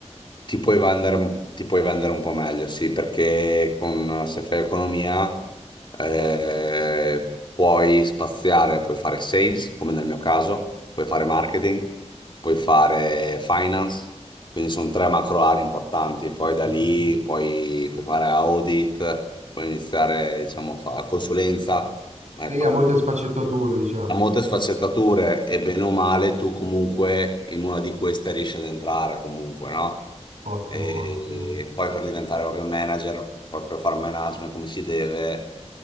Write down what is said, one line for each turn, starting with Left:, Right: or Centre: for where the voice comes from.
Left: ti puoi vendere, un- ti puoi vendere un po' meglio, sì, perché con- se fai economia eh, puoi spaziare, puoi fare sales, come nel mio caso, puoi fare marketing, puoi fare finance, quindi sono tre macro aree importanti, poi da
Right: Sì,
Left: lì
Right: sì, sì.
Left: puoi, puoi fare audit, puoi iniziare, diciamo, a fare consulenza, ecco
Right: Sì, ha molte sfaccettature, diciamo.
Left: ha molte sfaccettature e bene o male tu comunque in una di queste riesci ad entrare comunque, no?
Right: Ottimo,
Left: E
Right: ottimo.
Left: poi per diventare proprio manager, proprio fare management come si deve,